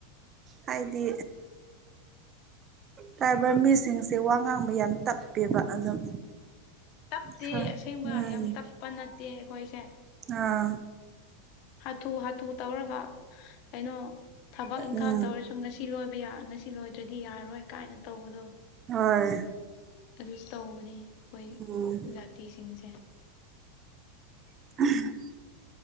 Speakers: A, on the right; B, on the left.
A: ꯍꯥꯏꯗꯤ ꯀꯥꯏꯕ ꯃꯤꯁꯤꯡꯁꯦ ꯋꯥ ꯉꯥꯡꯕ ꯌꯥꯝ ꯇꯞꯄꯦꯕ ꯑꯗꯨꯝ
B: ꯇꯞꯇꯦ
A: ꯈꯔ
B: ꯑꯁꯦꯡꯕ
A: ꯎꯝ
B: ꯌꯥꯝ ꯇꯞꯄ ꯅꯠꯇꯦ ꯑꯩꯈꯣꯏꯁꯦ
A: ꯑꯥ
B: ꯍꯥꯊꯨ ꯍꯥꯊꯨ ꯇꯧꯔꯒ ꯀꯩꯅꯣ ꯊꯕꯛ ꯏꯪꯈꯥꯡ
A: ꯎꯝ
B: ꯇꯧꯔꯤꯁꯤ ꯉꯁꯤ ꯂꯣꯏꯕ ꯌꯥ ꯉꯁꯤ ꯂꯣꯏꯗ꯭ꯔꯗꯤ ꯌꯥꯔꯣꯏ ꯀꯥꯏꯅ ꯇꯧꯕꯗꯣ
A: ꯍꯣꯏ
B: ꯑꯗꯨꯁꯨ ꯇꯧꯕꯅꯦ ꯑꯩꯈꯣꯏ
A: ꯎꯝ
B: ꯖꯥꯇꯤꯁꯤꯡꯁꯦ
A: <unintelligible>